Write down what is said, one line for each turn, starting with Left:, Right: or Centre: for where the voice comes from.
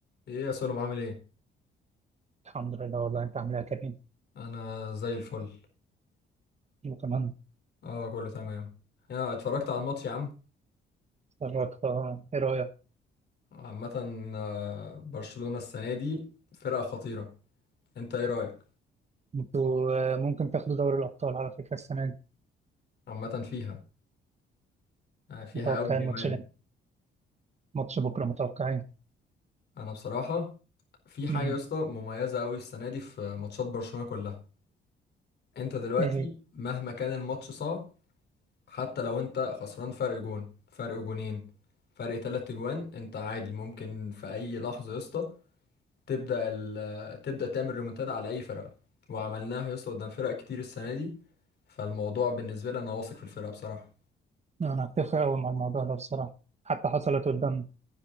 Left: ايه يا سلم عامل ايه
Right: الحمد لله والله انت عامل ايه يا كريم
Left: انا زي الفل
Right: وكمان
Left: اه كله تمام يا اتفرجت على الماتش يا عم
Right: اتفرجت اه، ايه رايك
Left: عامه آه، برشلونة السنه دي فرقه خطيره انت ايه رايك
Right: انتوا اه، ممكن تاخدوا دوري الابطال على فكره السنه دي
Left: عامه فيها آه، فيها
Right: متوقعين
Left: قوي كمان
Right: ماتش لين ماتش بكره متوقعين
Left: انا بصراحه في حاجه
Right: امم
Left: يا اسطى مميزه قوي السنه دي في ماتشات برشلونة كلها انت دلوقتي
Right: ايه هي؟
Left: مهما كان الماتش صعب حتى لو انت خسران فرق جون فرق جونين فرق تلات جوان انت عادي ممكن في اي لحظه يا اسطى تبدأ ال... تبدأ تعمل ريمونتادا على أي فرقة وعملناها يا اسطى قدام فرق كتير السنة دي فالموضوع بالنسبة لي أنا واثق في الفرقة بصراحة
Right: انا هتفق قوي مع الموضوع ده بصراحه حتى حصلت قدام